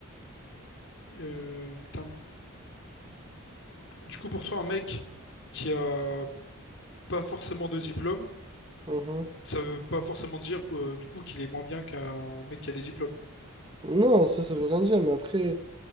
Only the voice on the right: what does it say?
Mhm.
Non, ça, ça veut rien dire, mais après,